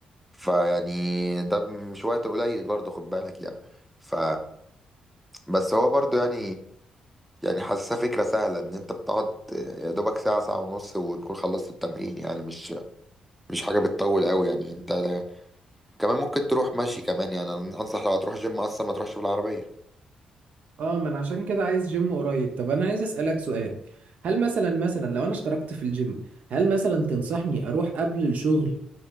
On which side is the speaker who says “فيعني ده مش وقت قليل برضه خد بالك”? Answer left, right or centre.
Centre